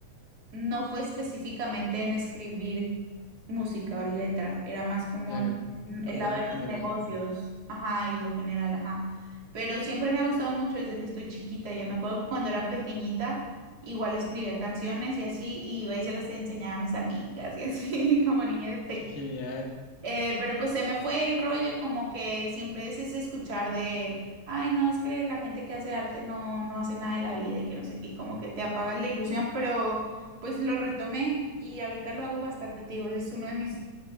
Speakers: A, on the right; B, on the left.
A: No fue específicamente en escribir música o letra, era más como
B: Claro,
A: el el
B: como
A: lado
B: algo
A: de
B: general.
A: los negocios, ajá, y lo general, ajá. Pero siempre me ha gustado mucho desde que estoy chiquita. Yo me acuerdo que cuando era pequeñita, igual escribía canciones y así, y iba y se las enseñaba a mis amigas y así, <laughs> como niña de
B: Qué genial.
A: eh, pero pues se me fue el rollo como que siempre es ese escuchar de, ay, no, es que la gente que hace arte no, no hace nada de la vida y que no sé qué, y como que te apagas la ilusión, pero pues lo retomé y ahorita lo hago bastante, te digo, ese es uno de mis,